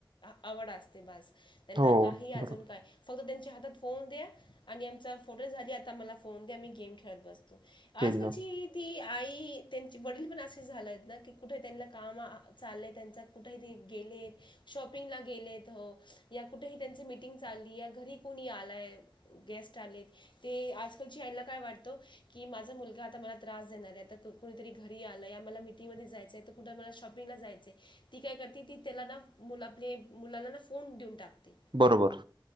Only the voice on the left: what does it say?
आवड असते बास त्यांना
काही अजून
काय फक्त त्यांच्या हातात फोन द्या आणि आमचा फोटो झाली आता मला फोन द्या आम्ही गेम खेळत बसतो, आजकालची
ती आई की त्यांचे वडील पण असे झाले आहेत ना की कुठे त्यांना काम चाललं त्यांचा कुठेही ते गेले शॉपिंगला गेले हो या कुठेही त्यांची मीटिंग चालली या घरी कोणी आलाय गेस्ट आलेत. ते आजकालची आईला काय वाटतं की माझा मुलगा आता मला त्रास देणार आहे आता क कुणीतरी घरी आलंया मला मिटिंगमध्ये जायचं आहे तर कुठं मला शॉपिंगला जायचं हे ती काय करते ती त्याला ना मुला आपले मुलाला ना फोन देऊन टाकते.